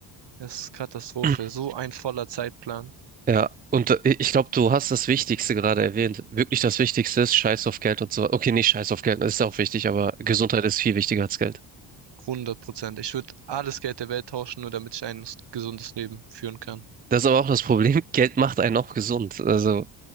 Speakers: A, on the right (about 60°); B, on the right (about 20°).
A: Das ist Katastrophe.
B: <clears throat>
A: So ein voller Zeitplan.
B: Ja, und äh, ich glaube, du hast das Wichtigste gerade erwähnt. Wirklich das Wichtigste ist Scheiß auf Geld und so. Okay, nicht Scheiß auf Geld, das ist auch wichtig, aber Gesundheit ist viel wichtiger als Geld.
A: hundert Prozent. Ich würde alles Geld der Welt tauschen, nur damit ich ein gesundes Leben führen kann.
B: Das ist aber auch das Problem. <laughs> Geld macht einen auch gesund. Also,